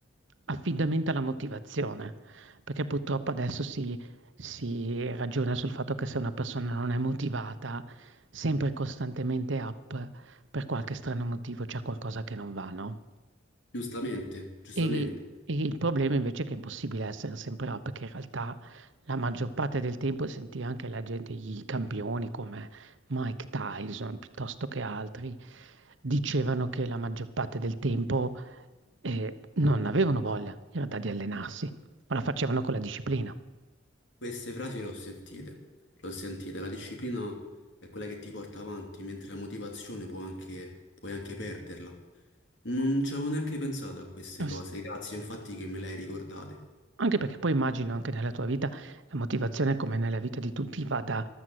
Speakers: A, on the right; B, on the left.
A: affidamento alla motivazione, perché purtroppo adesso si, si ragiona sul fatto che se una persona non è motivata, sempre e costantemente up per qualche strano motivo c'è qualcosa che non va, no?
B: giustamente, giustamente.
A: E, e il problema invece è che è impossibile essere sempre là, perché in realtà la maggior parte del tempo senti anche la gente, i campioni come Mike Tyson piuttosto che altri, dicevano che la maggior parte del tempo eh, non avevano voglia in realtà di allenarsi, ma la facevano con la disciplina.
B: Queste frasi le ho sentite, le ho sentite. La disciplina è quella che ti porta avanti, mentre la motivazione può anche, puoi anche perderla. Non ci avevo neanche pensato a queste
A: S-
B: cose, grazie infatti che me le hai ricordate.
A: Anche perché poi immagino anche nella tua vita la motivazione, come nella vita di tutti, vada,